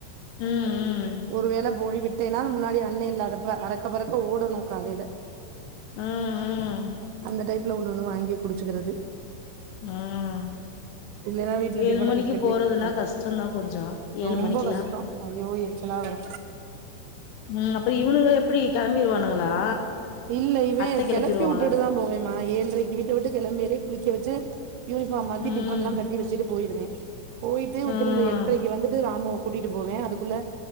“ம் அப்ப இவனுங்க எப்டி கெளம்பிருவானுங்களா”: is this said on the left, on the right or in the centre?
Left